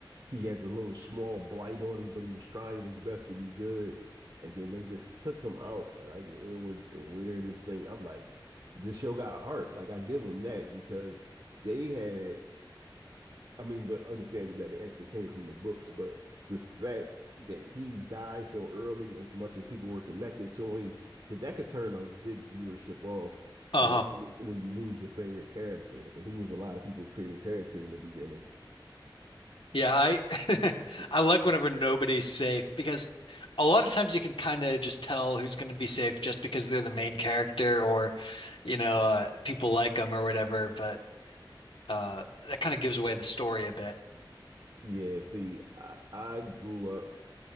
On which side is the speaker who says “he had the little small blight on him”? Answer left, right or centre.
Right